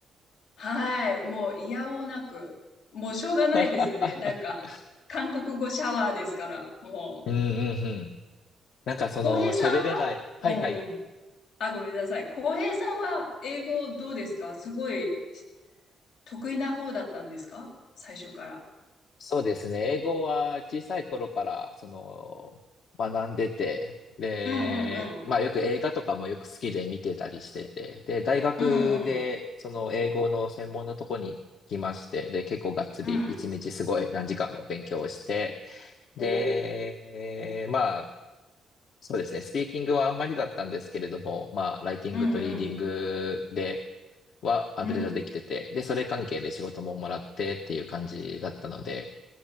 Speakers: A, on the left (about 80°); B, on the left (about 55°).
A: はい。もう嫌おうなく。もうしょうがないですね。
B: <laughs>
A: なんか、韓国語シャワーですから、もう。
B: うんうんうん。なんかその喋れない。
A: 浩平さんはうんうん。
B: はいはい。
A: あ、ごめんなさい。浩平さんは英語どうですかすごい得意な方だったんですか最初から。
B: そうですね。英語は小さい頃から、その、学んでて、で、
A: うんうんうん。
B: まあよく映画とかもよく好きで見てたりしてて、で、大学でその英語の専門のとこに来まして、
A: うんうん。
B: で、結構がっつり一日すごい何時間も勉強をして、
A: うん。
B: で、
A: おー。
B: まあ、そうですね。スピーキングはあんまりだったんですけれども、まあ、ライティングとリーディングで
A: うんうん。
B: はある程度できてて、
A: うん。
B: で、それ関係で仕事ももらってっていう感じだったので、